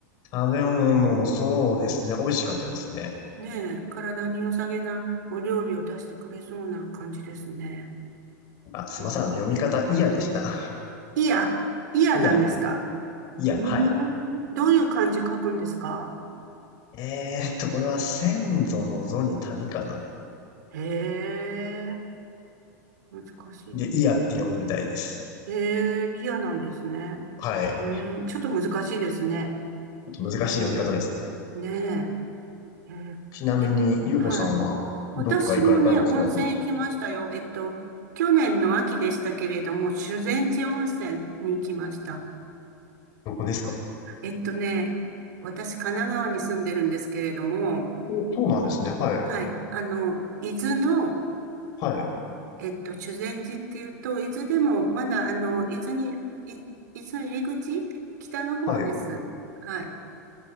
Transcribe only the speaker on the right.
ねえ、体に良さげなお料理を出してくれそうな感じですね。
うーん、
いや、
いやなんですか。
うーん、
どういう漢字書くんですか
へえ、難しいの
へえ、いやなんですね。
うーん、ちょっと難しいですね。
うん。ねえ。えー
えはい。
私もね、温泉行きましたよ。えっと、去年の秋でしたけれども、修善寺温泉に行きました。
えっとね、私、神奈川に住んでるんですけれども、
はい。あの、伊豆の、
えっと、修善寺っていうと、伊豆でも、まだ、あの、伊豆に、い伊豆入り口北の方です。
はい。